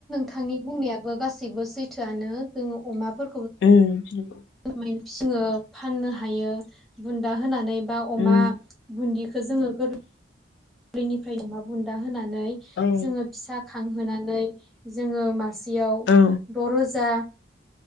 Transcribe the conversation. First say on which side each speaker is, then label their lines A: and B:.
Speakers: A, in the centre; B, on the left.
A: थांनि बुंनायाबो गासिबो सैथोआनो जोङो अमाफोर
B: उ नंगौ
A: फी जोंङो फननो हायो बुन्दा होनानै बा अमा
B: उम
A: बुन्दिखौ जोङो गोर लैनिफ्राय अमा बुन्दा होनाय नै
B: औ
A: जोङो फिसा खांहोनानै जोङो मा सियाव द'
B: औ
A: रोजा